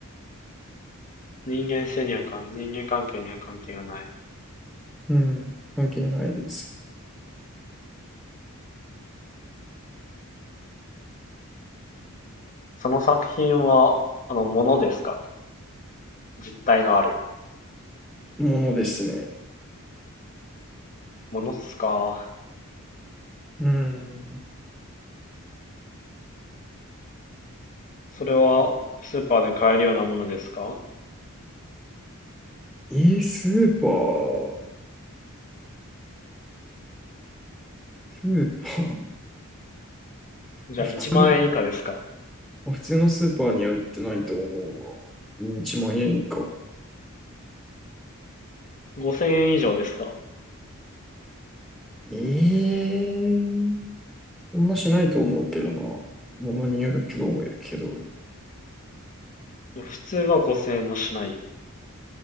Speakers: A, on the left; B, in the centre.
A: 人間性にはか、人間関係には関係がない。
B: うん、関係ないです。
A: その作品は、あの、ものですかね実体のある
B: ものですね。
A: ものっすか
B: うん。
A: それはスーパーで買えるようなものですか
B: えー、スーパー、スーパー、
A: じゃあ1万円以下ですか
B: 普通、普通のスーパーには売ってないと思うわ。1万円以下。
A: ?5000 円以上ですか
B: ええそんなしないと思うけどな。ものによるけど、思うけど。
A: 普通は5000円もしない。